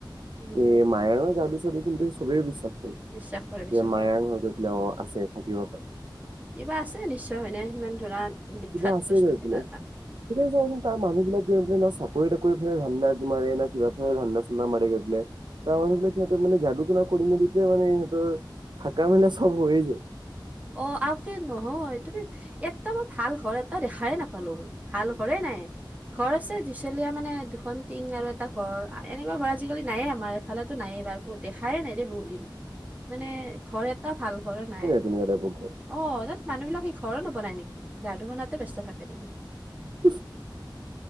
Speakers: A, on the right (about 20°); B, on the right (about 65°).
A: উম,
B: এ মায়াৰো জাদু চাদু কিন্তু চবেই বিশ্বাস কৰে।
A: বিশ্বাস কৰে বিশ্বাস
B: যে মায়াৰ
A: কৰে।
B: ঘৰত গই পেলাই অ', আছে থাকিব পাৰে।
A: কিবা আছে নিশ্চয় হয়নে সিমান ধৰা বিখ্যাত
B: কিবা আছে
A: বস্তু
B: গৈ
A: কিবা
B: পেলাই
A: এটা
B: এতিয়া চাবচোন তাৰ মানুহ বিলাক গৈ পেলাই না চাকৰি তাকৰি ফালে ধান্দা মাৰে না কিবা ফালে ধান্দা চান্দা মাৰে গৈ পেলাই। তাৰ মানুহ বিলাক সিহঁতে মানে যাদু তুনা কৰি মেলি পেলাই মানে সিহঁতৰ থাকা মেলা চব হৈয়ে যায়।
A: অ', আপি নহয় তুমি এটা মই ভাল ঘৰ এটা দেখাই নাপালো ভাল ঘৰে নাই ঘৰ আছে দুই চলীয়া মানে দুখন টিং আৰু এটা ঘৰ, এনেকুৱা ঘৰ আজিকালি নায়ে আমাৰ এফালেটো নায়েই বাৰু দেখাইে নাই দেই বহুত দিন, মানে ঘৰ এটা ভাল ঘৰ নাই।
B: ধুনিয়া তাইপৰ ঘৰ
A: অ', তাত মানুহ বিলাক কি ঘৰে নবনাই নেকি যাদু তনাতে ব্যস্ত থাকে নেকি?
B: <inaudible>